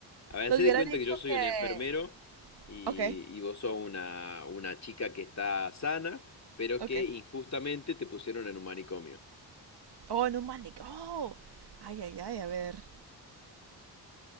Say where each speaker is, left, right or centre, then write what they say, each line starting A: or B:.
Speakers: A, on the left; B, on the right.
A: A ver,
B: Les
A: hacé
B: hubiera
A: de cuenta
B: dicho
A: que yo soy
B: que...
A: un enfermero y,
B: Ok,
A: y vos sos una, una chica que está sana, pero
B: ok.
A: que injustamente te pusieron en un manicomio.
B: Oh, no mames. Oh, ay, ay, ay, a ver.